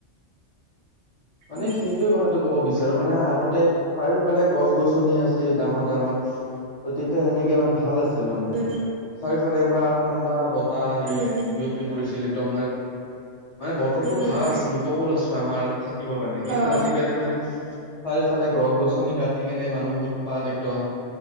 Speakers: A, on the left (about 75°); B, on the right (about 70°).
A: মানে
B: উম
A: সেইটোৱে কথাটো ক'ব বিচাৰ আৰু মানে আগতে চাৰিওফালে গছ গছনি আছিল ডাঙৰ ডাঙৰ ত তেতিয়া সেনেকে মানে ভাল আছে ছিল মানে
B: উম
A: চাৰিওফালে পুৰা ঠাণ্ডা বতাহ এই
B: উম
A: বিয়পি পৰিছিল একদম মানে মানে বতৰটো
B: উম
A: ভাল আছিল উপকুল আছিল আমাৰ ঠাই শিকিবৰ কাৰণে কিন্তু
B: অ
A: আজিকালি মানে চাৰিফালে গছ গছনি কাটি কেনে মানুহে উৎপাত একদম